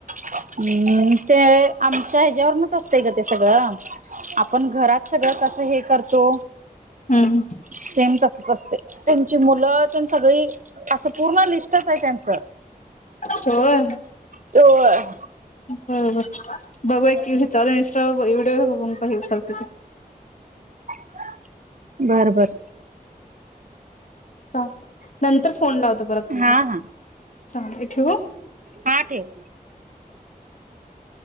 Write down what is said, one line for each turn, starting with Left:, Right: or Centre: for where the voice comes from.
Right: हम्म ते आमच्या ह्याच्यावरूनच असतं ग ते सगळं. आपण घरात सगळं कस हे करतो.
Left: हम्म
Right: सेम तसच असते, तुमची मुलं सगळी अस पूर्ण लिस्टच आहे त्यांच.
Left: होय
Right: त <unintelligible>
Left: बरोबर बघू एक, चाल इंशटा <unintelligible> विडिओ बघुण पण काही करते ते.
Right: <inaudible> बर बर <inaudible>
Left: चांग नंतर फोन लावतो बरं तुम्हाला
Right: हा हा
Left: <inaudible> चालतय ठेवू.
Right: हा ठेव.